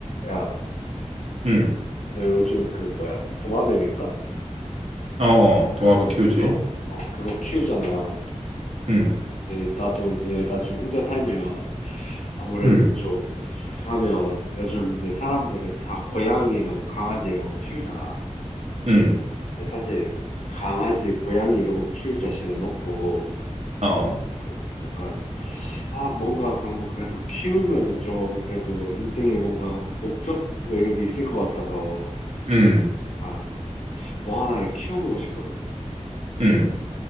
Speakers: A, on the left; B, on the right.
A: 야,
B: 음,
A: 너 요즘 그 뭐야 도마뱀인가?
B: 어, 어,
A: 그거
B: 도마뱀 키우지.
A: 그거 어 그거 키우잖아.
B: 음,
A: 이제 나도 이제 나중에 혼자 살면 아무래도
B: 음,
A: 좀 하면 요즘 이제 사람들은 다 고양이나 뭐 강아지 이런 거 키우잖아.
B: 음,
A: 근데 사실 강아지, 고양이 이런 거 키울 자신은 없고
B: 어,
A: 좀 약간 아 뭔가 그런 거 그래도 키우면은 좀 그래도 인생에 뭔가 목적 뭐 이런 게 있을 것 같아서
B: 음,
A: 아 뭐 하나를 키워보고 싶거든.
B: 음.